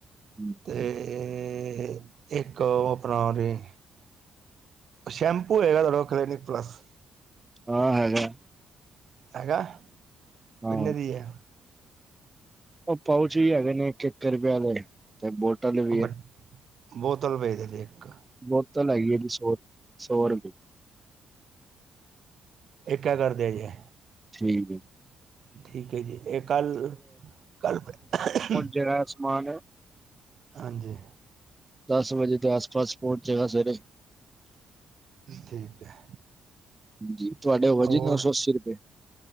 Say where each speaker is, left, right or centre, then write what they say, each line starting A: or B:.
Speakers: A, on the right (about 15°); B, on the right (about 50°).
A: ਹੂੰ।
B: ਤੇ ਏੱਕ ਓ ਆਪਣਾ ਓਰੀ। ਸ਼ੈਂਪੂ ਹੋਏਗਾ ਤੁਆਡਾ ਕੋਲ ਕਲੀਨਿਕ ਪਲੱਸ।
A: ਹਾਂ ਹੈਗੈ।
B: ਹੈਗੈ?
A: ਹਾਂ
B: ਕਿੰਨੇ ਦੀ ਏ?
A: ਓ ਪਾਊਚ ਵੀ ਹੈਗੇ ਨੇ ਏੱਕ-ਏੱਕ ਰਪਏ ਆਲੇ ਤੇ ਬੋਟਲ ਵੀ
B: ਵ
A: ਏ।
B: ਬੋਤਲ ਭੇਜਦੇ ਏੱਕ।
A: ਬੋਤਲ ਹੈਗੀ ਏ ਜੀ ਸੌ ਰ, ਸੌ ਰੁਪਏ।
B: ਏੱਕ ਐ ਕਰਦੇਆ ਜੇ।
A: ਠੀਕ ਹੈ।
B: ਠੀਕ ਐ ਜੀ। ਇਹ ਕੱਲ- ਕੱਲ ਫੇਰ।
A: ਜਿਹੜਾ ਸਮਾਨ।
B: ਹਾਂਜੀ!
A: ਦਸ ਵਜੇ ਦੇ ਆਸ- ਪਾਸ ਪਹੁੰਚ ਜਾਣਾ ਸਵੇਰੇ।
B: ਠੀਕ ਹੈ!
A: ਜੀ ਤੁਹਾਡੇ ਹੋਏ
B: ਔਰ
A: ਜੀ ਨੌ ਸੌ ਅੱਸੀ ਰੁਪਏ।